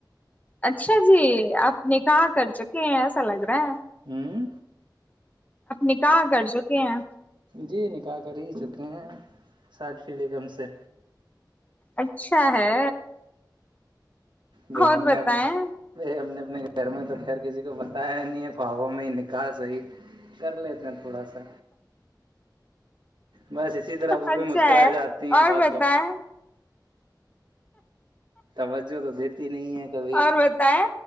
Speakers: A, on the left; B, on the right.
A: اچھا جی آپ نے کہا کر چک اس الگرا
B: ہوں
A: نکاح کر چکے ہیں
B: جی نکالح کر ہی چکے ہیں سات فی بی گم سے
A: اچھا ہے
B: بی
A: اور
B: ہم
A: بتائیں
B: نے ہم نے اپنے گھر میں تو خیر کسی کو بتایا نہیں ہے خوابوں میں ہی نکاح صی کر لیتے ہیں تو تھوڑا سا بس اسی طرح وہ
A: اچھا
B: بھی مسکراہ
A: ہے
B: جاتی ہیں
A: اور
B: باتوں
A: بتائیں
B: تمججہ تو دیک <unintelligible> نہیں ہے کبھی
A: اور بتائیں